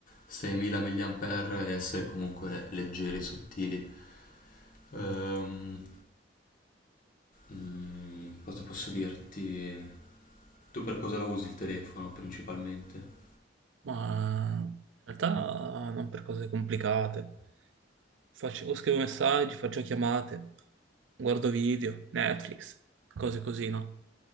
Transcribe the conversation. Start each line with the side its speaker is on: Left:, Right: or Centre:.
Left: 6000 mAh e essere comunque leggeri e sottili. Ehm, mm, cosa posso dirti? Tu per cosa lo usi il telefono principalmente?
Right: Ma in realtà non per cose complicate. Faccio- scrivo messaggi, faccio chiamate, guardo video, Netflix, cose così, no?